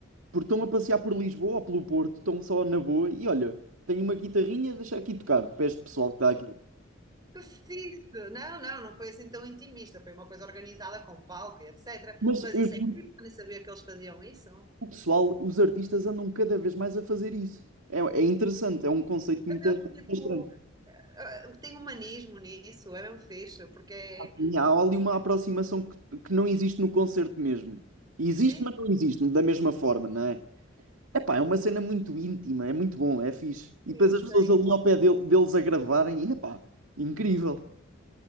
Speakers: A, on the right; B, on the right.
A: Porque estão a passear por Lisboa ou pelo Porto, estão só na boa, e olha, tenho uma guitarrinha, deixa aqui tocar, para este pessoal que está aqui.
B: que fixe. Não, não, não foi assim tão intimista, foi uma coisa organizada com palco e etc.
A: Mas
B: Mas
A: eu
B: isso
A: juro,
B: é incrível, eu nem sabia que eles faziam isso.
A: o pessoal, os artistas andam cada vez mais a fazer isso. É, é interessante, é um conceito muito
B: É mesmo tipo,
A: estranho.
B: eh, tem humanismo nisso, é mesmo fixe, porque é.
A: E há ali uma aproximação que, que não existe no concerto mesmo. Existe,
B: Sim,
A: mas não existe da mesma forma, não é? Epá, é uma cena muito íntima, é muito bom, é fixe. E
B: sim,
A: depois as
B: sei.
A: pessoas ali ao pé dele- deles a gravarem, e, epá, incrível.